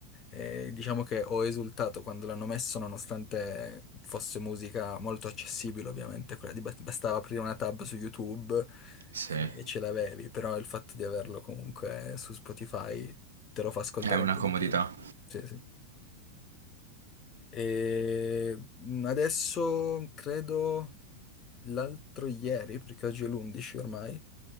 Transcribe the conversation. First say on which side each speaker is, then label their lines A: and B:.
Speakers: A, on the left; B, on the right.
A: Eh, diciamo che ho esultato quando l'hanno messo, nonostante fosse musica molto accessibile, ovviamente, quella di Bat- bastava aprire una tab su YouTube
B: Sì,
A: e,
B: è
A: e ce l'avevi, però il fatto di averlo comunque su Spotify te lo fa ascoltare
B: una
A: un po'
B: comodità.
A: di più. Sì, sì. E mm, adesso credo l'altro ieri, perché oggi è l'11 ormai,